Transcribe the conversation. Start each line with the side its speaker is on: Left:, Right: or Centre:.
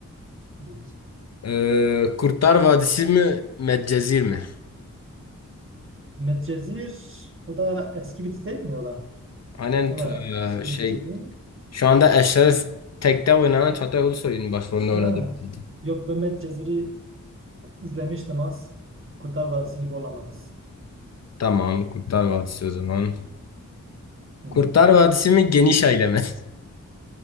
Right: Evet.
Left: Ee, Kurtlar Vadisi mi Medcezir mi?
Right: Medcezir o da eski bir dizi değil mi o da?
Left: Aynen
Right: O
Left: t-
Right: da eski
Left: e, şey
Right: bir diziydi.
Left: şu anda Eşref Tek'te oynanan Çağatay Ulusoy'un başrolünde
Right: Ha.
Left: oynadığı bir dizi.
Right: Yok ben Medcezir'i izlemiştim az. Kurtlar Vadisi gibi olamaz.
Left: Tamam Kurtlar Vadisi o zaman.
Right: Hmm.
Left: Kurtlar Vadisi mi Geniş Aile mi?